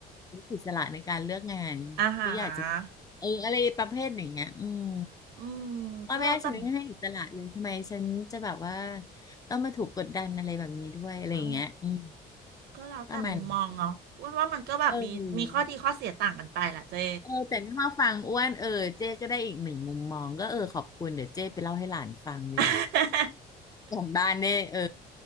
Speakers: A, on the left; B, on the right.
A: รู้อิสระในการเลือกงานที่อยากจะ
B: อาหาร
A: เอออะไรประเภทอย่างเงี้ยอืม
B: อืม
A: พ่อแม่ฉันไม่ให้อิสระเลยทำไมฉันจะแบบว่า
B: ก็แล้วแต่
A: ต้องมาถูกกดดันอะไรแบบนี้ด้วยอะไรอย่างเงี้ยอืม
B: อ่าก็แล้วแต่มุมมองเนาะว่าว่ามันก็แบบมีมีข้อดีข้อเสียต่างกันไปแหละเจ๊
A: ประมาณนั้นเออเออแต่ไม่มาฟังอ้วนเออเจ๊ก็ได้อีกหนึ่งมุมมองก็เออขอบคุณเดี๋ยวเจ๊ไปเล่าให้หลานฟังดีกว่า
B: <laughs>
A: ของบ้านเนี่ยเออ